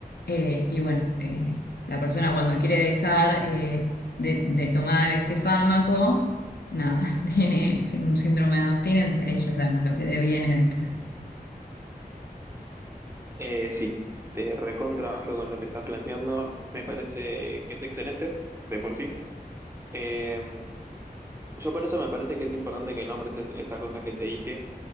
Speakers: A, on the left; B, on the right.
A: eh, y bueno, eh, la persona cuando quiere dejar eh, de, de tomar este fármaco, nada, <laughs> tiene sí- un síndrome de abstinencia y ya sabemos lo que deviene después.
B: Eh, sí, te recontrabanco con lo que estás planteando. Me parece que es excelente de por sí. Eh, yo por eso me parece que es importante que nombres es- estas cosas que te dije,